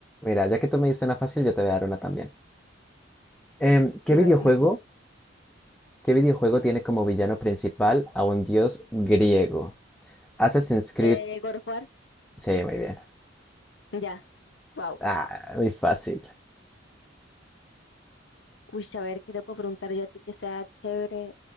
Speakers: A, in the centre; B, on the left.
A: Mira, ya que tú me diste una fácil, yo te voy a dar una también. Em, ¿qué
B: Pero,
A: videojuego,
B: lo,
A: qué videojuego tiene como villano principal a un dios griego? Assassin's Creed.
B: eh, God of War.
A: Sí, muy bien.
B: Ya, wow.
A: Ah, muy fácil.
B: Uy, a ver, ¿qué te puedo preguntar yo a ti que sea chévere,